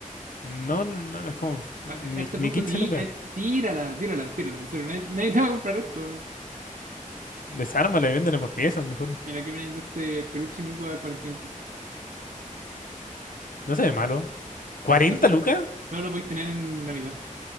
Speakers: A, on the left; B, on the right.
A: No,
B: pero
A: no, no es como ni,
B: a a este
A: ni
B: punto
A: 15
B: ti-
A: lucas.
B: eh, tírala, tírala, tírala. En serio, nadie, nadie te va a comprar esto.
A: Desármala y véndela por piezas, mejor.
B: Mira que viene de este peluche mico a cuarenta mil pesos.
A: No se ve malo. cuarenta
B: Pero so-
A: lucas?
B: solo lo podéis tener en Navidad.